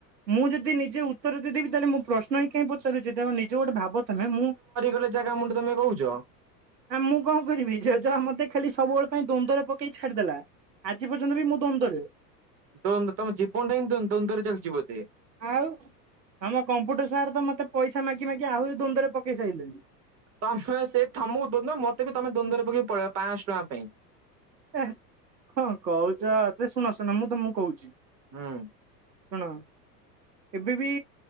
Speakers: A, on the right; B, on the right.
A: ମୁଁ ଯଦି ନିଜେ ଉତ୍ତର ଦେଇଦେବି ତାହେଲେ ମୁଁ ପ୍ରଶ୍ନ ହିଁ କାହିଁ ପଚାରୁଛି ତ ନିଜେ ଗୋଟେ ଭାବ ତମେ ମୁଁ
B: ସେ ଜାଗା ମୁଁଡ଼ ତମେ କହୁଛ
A: ଆ ମୁଁ କଣ କରିବି। ଯେଝା ଯାହା ମତେ ଖାଲି ସବୁବେଳେ ପାଇଁ ଦ୍ୱନ୍ଦରେ ପକେଇ ଛାଡିଦେଲା। ଆଜି ପର୍ଯ୍ୟନ୍ତବି ମୁଁ ଦ୍ୱନ୍ଦରେ।
B: ଦ୍ୱନ୍ଦ୍ୱ ତମ ଜୀବନଟା ଏମିତି ଦ୍ୱନ୍ଦରେ ଚାଲିଛି ବୋଧେ।
A: ଆଉ ଆମ କମ୍ପ୍ୟୁଟର୍ ସାର୍ ତ ମୋତେ ପଇସା ମାଗି ମାଗି ଆହୁରି ଦ୍ୱନ୍ଦରେ ପକେଇ ସାଇଲେଣି
B: ତମେ ସେ ଠମ ଦ ମତେ ବି ତମେ ଦ୍ୱନ୍ଦ୍ୱରେ ପକେଇକି ପଳେଇ ପାଞ୍ଚଶହ ଟଙ୍କା ପାଇଁ
A: ଏ କଣ କହୁଚ, ତେ ଶୁଣ ଶୁଣ ମୁଁ ତମକୁ କହୁଚି।
B: ହୁଁ।
A: ହଣ। ଏବେ ବି